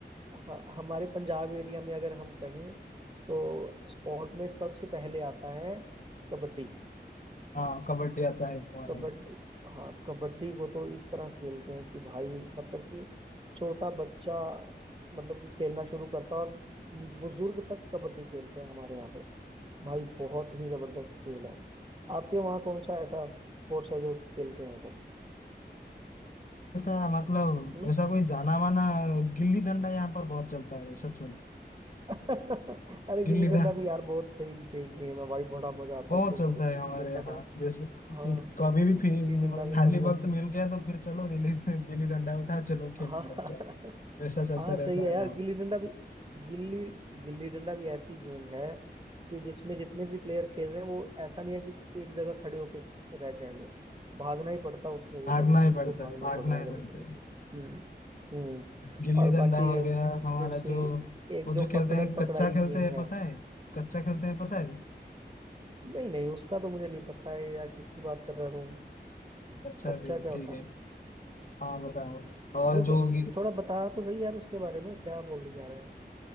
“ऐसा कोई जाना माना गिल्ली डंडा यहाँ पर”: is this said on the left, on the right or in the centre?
Left